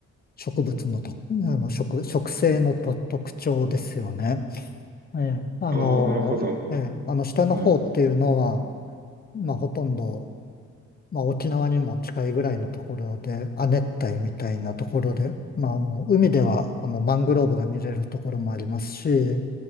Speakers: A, on the left (about 30°); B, on the right (about 30°).
A: 植物のと、あの植、植生のと特徴ですよね。ええ、あの、
B: ああ、なるほど。
A: ええ、あの下の方っていうのは、
B: はい。
A: まあほとんど、まあ沖縄にも近いぐらいのところで、亜熱帯みたいなところで、まああの海ではあのマングローブが見れるところもありますし、